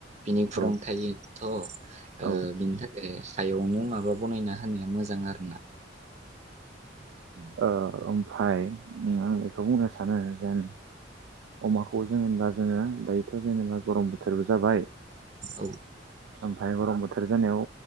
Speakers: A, on the right (about 40°); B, on the right (about 80°).
A: बिनि खुरां
B: औ
A: थायो। थ' ओ
B: औ
A: बिनि थाखाय हायावनो माबा बनायना होनाया मोजां आरो ना। औ
B: ओ ओमफाय आं बेखौ बुंनो सानो जेन अमाखौ जोङोंबा जोङो दायोथ' जेनेबा गरम बोथोरबो जाबाय
A: औ।
B: ओमफाय गरम बोथोर जानायाव